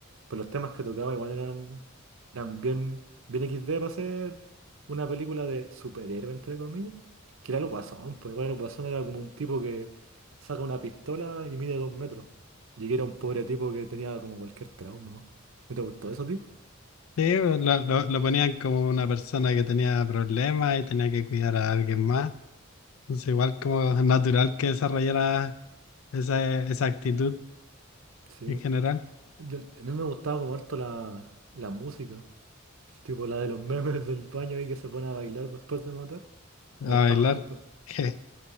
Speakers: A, on the right; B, on the left.
A: Pero los temas que tocaba igual eran, eran bien, bien XD para ser una película de superhéroe, entre comillas. Que era el Guasón, pues igual el Guasón era como un tipo que saca una pistola y mide dos metros. Y que era un pobre tipo que tenía como cualquier trauma. ¿No ¿No te gustó eso a ti?
B: Sí, vos, lo, lo, lo ponían como una persona que tenía problemas y tenía que cuidar a alguien más. Entonces, igual como natural que desarrollara esa, esa actitud
A: Sí.
B: en general.
A: del- a mí me gustaba como harto la, la música. Tipo la de los memes del baño ahí que se pone a bailar después de matar.
B: A
A: Me
B: bailar.
A: gustaba harto.
B: <laughs>